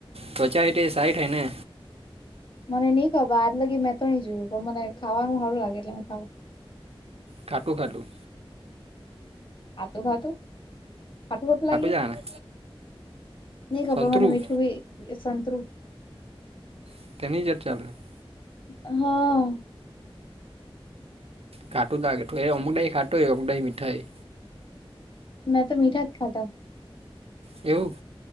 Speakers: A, on the right; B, on the left.
A: ત્વચા એટ સાઈઠ હે ને.
B: મને નઈ ખબર આજ લગી મેં તોણી જોયું પણ મને ખાવાનું સારું લાગે એટલે મે ખાવું.
A: ખાટું ખાટું.
B: ખાતું ખાતું. ખાટું ખાટું લાગી
A: જ આવે ને
B: નઈ ખબર
A: સંતરું
B: મને મીઠું બી સંતરું.
A: <unintelligible>
B: હા.
A: ખાટું દા કે એઠું એ અમુદાઈ ખાટું એ અમુદ મીઠાઈ.
B: મેં તો મીઠા જ ખાતા.
A: એવું.